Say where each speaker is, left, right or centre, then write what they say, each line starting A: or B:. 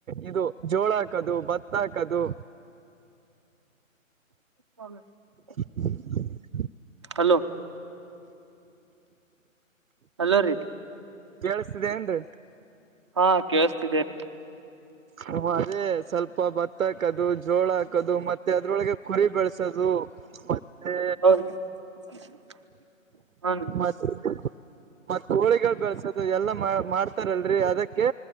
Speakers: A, on the right; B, on the right.
A: ಇದು ಜೋಳ ಹಾಕದು ಭತ್ತಾ ಹಾಕ್ ಕದು
B: <unintelligible>
A: <unintelligible>
B: ಹಲೋ. ಹಲೋ ರಿ.
A: ಕೇಳಸ್ತಿದೆ ಏನ್ರಿ.
B: ಹಾ ಕೇಳಸ್ತಿದ್ದೇರಿ.
A: ಹ ಅದೇ ಸ್ವಲ್ಪ ಭತ್ತ ಹಾಕದು ಜೋಳ ಹಾಕದು ಮತ್ತೆ ಅದ್ರೊಳಗೆ ಕುರಿ ಬೆಳಸೋದು. ಮತ್ತೆ
B: ಹೌದ <unintelligible> ಹನ್
A: ಮತ್ತ ಮತ್ತ್ ಕೋಳಿಗಳ ಬೆಳ್ಸದು ಎಲ್ಲಾ ಮಾ ಮಾಡ್ತಾರಲ್ರಿ ಅದಕ್ಕೆ